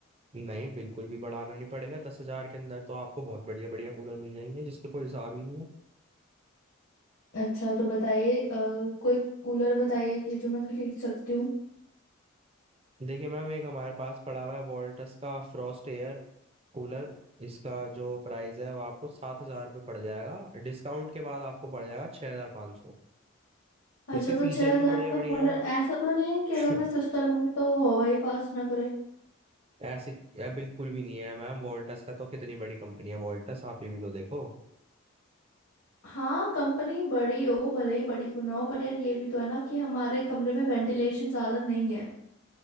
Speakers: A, on the right; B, on the left.
A: नहीं बिल्कुल भी बढ़ाना नहीं पड़ेगा दस हजार के अंदर तो आपको बहुत बढ़िया बढ़िया कूलर मिल जाएंगे जिसके कोई हिसाब ही नहीं है
B: अच्छा तो बताइए अ, कोई कूलर बताइए कि जो मैं खरीद सकती हूँ
A: देखिए मैम एक हमारे पास पड़ा हुआ है वोल्टस का फ्रॉस्ट एयर कूलर इसका जो प्राइस है वो आपको सात हजार रुपये पड़ जाएगा डिस्काउंट के बाद आपको पड़ जाएगा छह हजार पाँच सौ
B: अच्छा
A: इसके फीचर्स
B: तो छह हजार
A: भी बढ़िया
B: का
A: बढ़िया
B: कूलर
A: हैं
B: ऐसा तो नहीं है कि
A: <clears throat>
B: अगर मैं सस्ता लूंगी तो वो हवा ही पास ना करे
A: ऐसे या बिल्कुल भी नहीं है मैम वोल्टास का तो कितनी बड़ी कंपनी है वोल्टास आप ये भी तो देखो
B: हाँ कंपनी बड़ी हो भले ही बड़ी क्यों ना हो पर यार ये भी तो है ना कि हमारे कमरे में वेंटिलेशन ज्यादा नहीं है